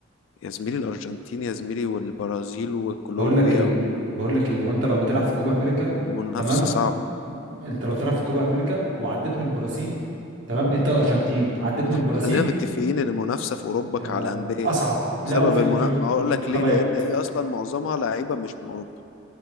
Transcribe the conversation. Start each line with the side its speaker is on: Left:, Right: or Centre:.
Left: يا زميلي الأرجنتين يا زميلي والبرازيل وكولومبيا
Right: بقول لك ايه بقول لك ايه وانت لو بتلعب في كوبا امريكا
Left: المنافسة
Right: تمام
Left: صعبة
Right: انت لو بتلعب في كوبا امريكا وعديت من البرازيل تمام انت ارجنتين عديت من البرازيل
Left: خلينا متفقين إن المنافسة في أوروبا
Right: يا
Left: على
Right: لا
Left: الأندية
Right: اصعب
Left: بسبب
Right: لا وفي
Left: المنافسة
Right: ال- في الب-
Left: هقول
Right: والمنتخبات
Left: لك ليه لأن إيه أصلا معظمها لعيبة مش من أوروبا